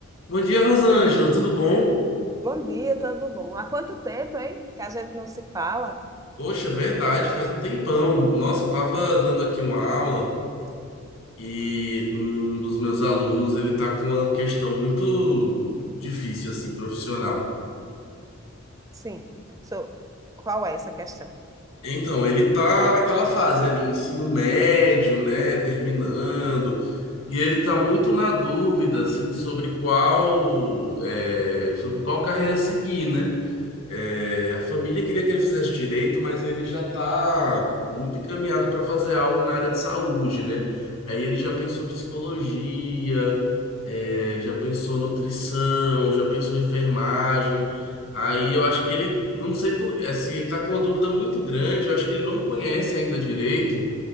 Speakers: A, on the left (about 65°); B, on the right (about 15°).
A: Bom dia, Rosângela, tudo bom?
B: Bom dia, tudo bom? Há quanto tempo, hein? Que a gente não se fala?
A: Poxa, verdade, faz um tempão. Nossa, eu tava dando aqui uma aula e um dos meus alunos, ele tá com uma questão muito difícil, assim, profissional.
B: Sim. So, qual é essa questão?
A: Então, ele tá naquela fase ali, ensino médio, né, terminando, e ele tá muito na dúvida, assim, sobre qual, é, sobre qual carreira seguir, né? É, a família queria que ele fizesse direito, mas ele já está muito encaminhado para fazer algo na área de saúde, né? Aí ele já pensou psicologia, é, já pensou nutrição, já pensou enfermagem. Aí eu acho que ele, não sei por, assim, ele está com uma dúvida muito grande. Eu acho que ele não conhece ainda direito